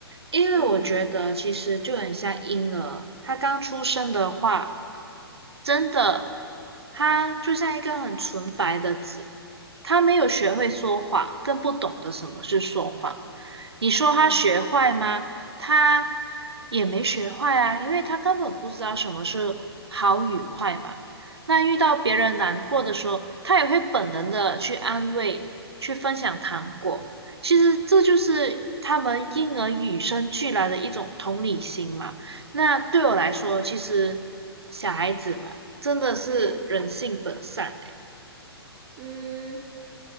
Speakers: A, on the right; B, on the right.
A: 因为我觉得其实就很像婴儿，
B: 嗯。
A: 他刚出生的话，真的，他就像一个很纯白的纸，他没有学会说谎，更不懂得什么是说谎。你说他学坏吗？
B: 嗯
A: 他也没学坏啊，因为他根本不知道什么是好与坏嘛。那遇到别人难过的时候，他也会本能的去安慰，去分享糖果。其实这就是他们婴儿与生俱来的一种同理心嘛。那对我来说，其实小孩子嘛，真的是人性本善诶。
B: 嗯嗯，